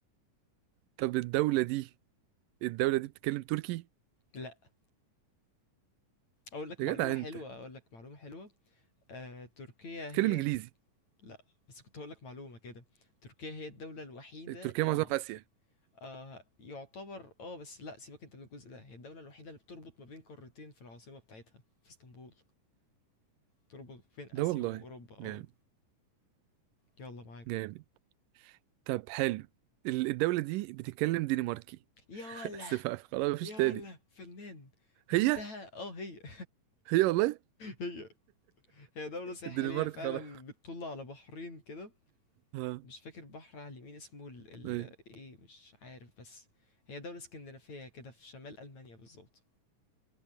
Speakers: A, on the right; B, on the left.
A: طب الدولة دي الدولة دي بتتكلم تركي
B: لا اقول لك
A: يا
B: معلومه
A: جدع
B: حلوه
A: أنت
B: اقول لك معلومه حلوه آه، تركيا
A: بتتكلم
B: هي
A: انجليزي
B: لا بس كنت هقول لك معلومه كده تركيا هي الدوله الوحيده
A: تركيا
B: اللي
A: معظمها في
B: في
A: اسيا
B: آه يعتبر اه بس لا سيبك انت من الجزء ده هي الدوله الوحيده اللي بتربط ما بين قارتين في العاصمه بتاعتها في اسطنبول تربط بين اسيا
A: ده والله
B: واوروبا اه
A: جامد
B: يلا معاك
A: جامد طب حلو ال- الدولة دي بتتكلم دنماركي
B: يا
A: <laughs>
B: ولا
A: بس بقى خلاص مفيش
B: يا
A: تاني
B: ولا فنان
A: هي
B: جبتها اه هي <laughs>
A: هي والله
B: هي هي دولة ساحلية
A: <laughs> الدنمارك
B: فعلا
A: خلاص
B: بتطل على بحرين كده
A: ها
B: مش فاكر بحر على اليمين اسمه ال...
A: ايوه
B: ال... ايه مش عارف بس هي دولة اسكندنافية كده في شمال ألمانيا بالظبط